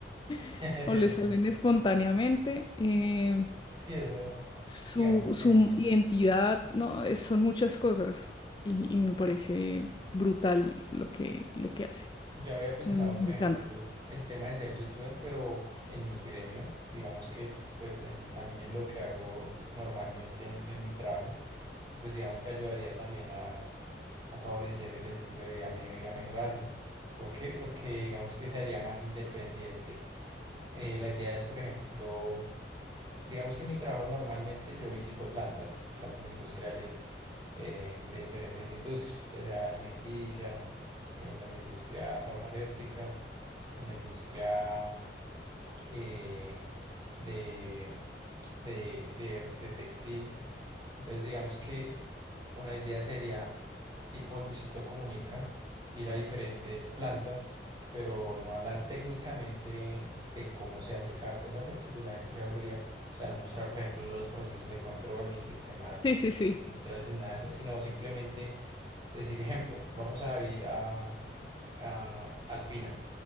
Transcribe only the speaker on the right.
<laughs>
sí, eso,
digamos que
no.
Yo había pensado,
por ejemplo,
el tema de ser youtuber, pero en mi gremio, digamos que pues en, también en lo que hago normalmente en, en mi trabajo, y pues digamos que ayudaría también a, a favorecer el estilo de vida mío y a mejorarlo. ¿Por qué? Porque digamos que se haría más independiente. Eh, la idea es, por ejemplo, Digamos que en mi trabajo normalmente yo visito plantas, plantas industriales eh, de diferentes industrias, ya sea alimenticia, en la industria farmacéutica, en la industria eh, de, de, de- de textil. Entonces digamos que una idea sería, tipo Luisito Comunica, ir a diferentes plantas, pero no hablar técnicamente de cómo se hace cada cosa, porque pues la gente se aburriría. O sea, no mostrar, por ejemplo, los procesos de control ni sistemas
industriales ni nada de eso, sino simplemente Decir, ejemplo, vamos a ir a, a Alpina